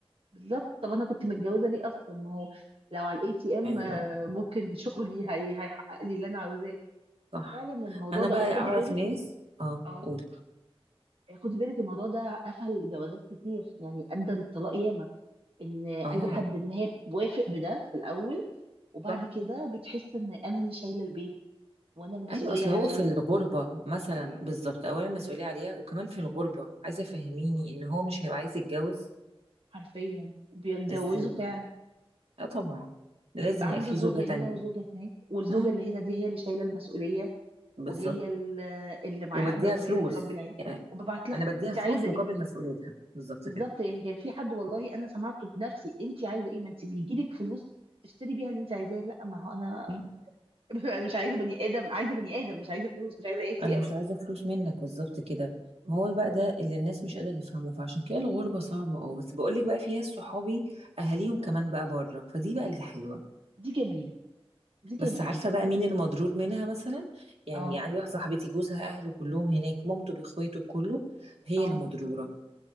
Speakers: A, on the right; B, on the right.
A: بالظبط طب انا كنت متجوزه ليه اصلا ما هو لو على الاي تي ام
B: أيوه
A: ممكن شغلي هي هيحقق لي اللي انا عاوزاه
B: صح
A: فعلا الموضوع
B: أنا
A: ده
B: بقى
A: وخدي
B: أعرف
A: بالك
B: ناس اه
A: اه
B: قول
A: خدي بالك الموضوع ده قفل جوازات كتير يعني ادى للطلاق ياما ان اي
B: اه
A: حد ان هي بوافق بده في الاول وبعد
B: صح
A: كده بتحس ان انا اللي شايله البيت وانا المسؤوليه
B: ايوه اصل
A: عليا
B: هو في الغربه مثلا بالظبط اولا مسؤوليه عليها وكمان في الغربه عايزه فهميني ان هو مش هيبقى عايز يتجوز
A: حرفيا بيتجوزوا
B: ازاي
A: فعلا
B: يعني؟ اه طبعا لازم
A: فبيبقى
B: يبقى
A: عنده
B: في
A: زوجه
B: زوجه تانية
A: هنا وزوجه هناك والزوجه
B: امم
A: اللي هنا دي هي اللي شايله المسؤوليه
B: بالظبط
A: وهي ال- اللي معاها
B: وبديها
A: مربيه
B: فلوس
A: بتربي العيال
B: يعني
A: وببعت لها
B: انا بديها
A: انت
B: فلوس
A: عايزه
B: مقابل
A: ايه
B: مسؤوليتها بالظبط
A: بالظبط
B: كده
A: يعني كان في حد والله انا سمعته بنفسي انت عايزه ايه ما انت بيجي لك فلوس تشتري بيها اللي انت عايزاه لا ما هو انا
B: مم.
A: <laughs> انا مش عايزه بني ادم عايزه بني ادم مش عايزه فلوس مش عايزه اي تي
B: انا
A: ام
B: مش عايزه فلوس منك بالظبط كده ما
A: بالظبط
B: هو بقى ده اللي الناس مش قادره تفهمه فعشان كده الغربه صعبه اه بس بقول لك بقى في ناس صحابي اهاليهم كمان
A: اه
B: بقى بره فدي بقى اللي حلوه
A: دي جميله دي جميله
B: بس عارفة
A: بقى
B: بقى مين المضرور منها مثلا يعني
A: اه
B: عندي واحدة صاحبتي جوزها أهله كلهم هناك مامته بإخواته كله هي
A: اه
B: اللي مضرورة